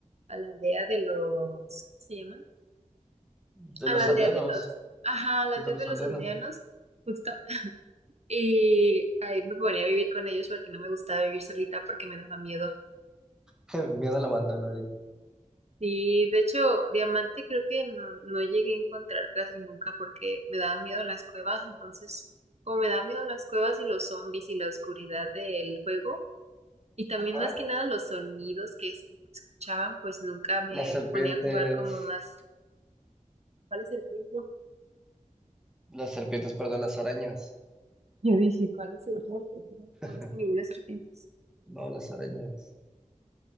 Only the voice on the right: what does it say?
a la aldea de los, ¿cómo se llama?
A
la aldea
de los, ajá, a la
aldea
de los
aldeanos, justo. Y ahí me ponía a vivir con ellos porque no me gustaba vivir solita porque me daba miedo.
Sí, de hecho, diamante creo que no, no llegué a encontrar casi nunca porque me daban miedo las cuevas, entonces, como me daban miedo las cuevas y los zombies y la oscuridad del juego, y también
más que nada los sonidos que se escuchaban, pues nunca me
ponía a jugar como más. ¿Cuál es el tiempo?
Yo dije, ¿cuál es el tiempo? No
conozco ninguna serpiente.